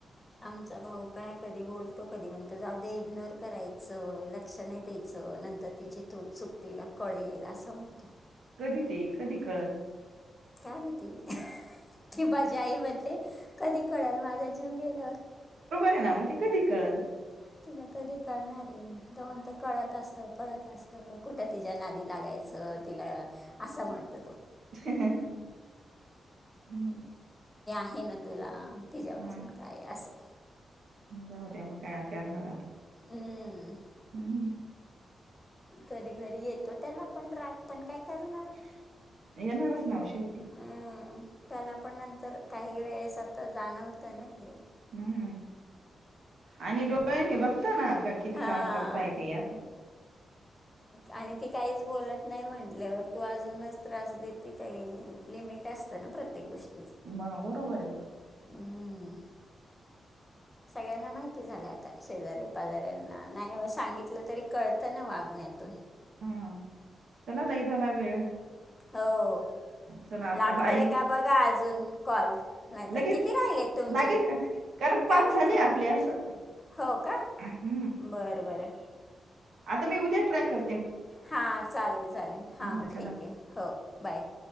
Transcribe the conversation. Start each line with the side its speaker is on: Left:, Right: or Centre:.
Left: आमचा भाऊ काय कधी बोलतो कधी म्हणतो जाऊ दे इग्नोर करायचं लक्ष नाही द्यायचं नंतर तिची तूत् चुकतीला कळेल असं म्हणतो.
Right: कधी ते कधी कळत,
Left: का माहिती कि माझी आई म्हणते कधी कळल माझा जीव गेल.
Right: आहे ना मग ते कधी कळल.
Left: तिला कधी कळणार हाज्य दोन ते कळत असत कळत असत कुठ तिच्या नादी लागायचं तिला असं म्हणत
Right: हम्म.
Left: हाय ना तुला <unintelligible>
Right: हा जाऊ द्या मगं काय करणार आता
Left: हम्म.
Right: हम्म.
Left: कधी कधी येतो त्याला पण राग पण काय करणार आता
Right: येणारच नाव शिव
Left: हम्म त्याला पण नंतर काही वेळेस आता जाणवत नाही
Right: हम्म आणि डोळ्यांनी बघताना का किती
Left: हा
Right: काम करता येते असं
Left: आणि ती काहीच बोलत नाही म्हटल्यावर तू अजूनच त्रास देते काही लिमिट असतं ना प्रत्येक गोष्टी.
Right: मगं बरोबर आहे.
Left: हम्म. सगळ्यांना माहिती झालं आता शेजारी जऱ्यांना नाही म सांगितलं तरी कळतं ना वागण्यातून
Right: हा चला ताई झाला वेळ
Left: हो.
Right: चला आता
Left: लागतोय
Right: बाय
Left: का बघा अजून कॉल नाहीत
Right: लगेच
Left: किती राहिले तुमचे
Right: लागेल का? कारण पाच
Left: काय माती
Right: झाले आपले असं
Left: हो का
Right: हम्म
Left: बर बर
Right: आता मी उद्या ट्रय कर
Left: हा चालेल चालेल हा
Right: हो चला
Left: ठीक आहे हो बाय